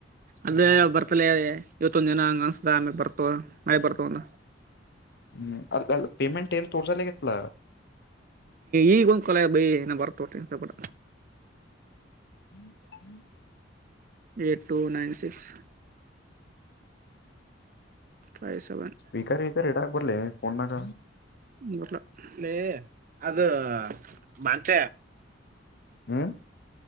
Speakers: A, on the right; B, on the left.
A: ಅದೆ ಬರ್ತಲೆ ಇವತ್ತೊಂದ್ ದಿನ ಹಂಗ ಅನ್ಸ್ದ ಆಮೇಗ ಬರ್ತವ ನಾಳೆ ಬರ್ತಾವೆನ.
B: ಹ್ಮ್ ಅದ್ರ್ ಪೇಮೆಂಟ್ ಪೇಮೆಂಟ್ ಏನ್ ತೋರ್ಸಲಿಗೊತ್ಲ.
A: ಈಗ ಒಂದ್ ಕೋಲೆ ಬೈ ಏನ ಬರ್ತೋಟ್ಟ ಇಸಪಡ.
B: <inaudible>
A: Eight two nine six. Five seven
B: speaker ಗೀಕರ್ ಇಡ ಆಕ್ ಬರ್ಲೆ ಫೋನ್ ನಾಗ.
A: ಬರ್ಲಾ ಲೇ ಅದು ಮಂಚ.
B: ಹಾಂ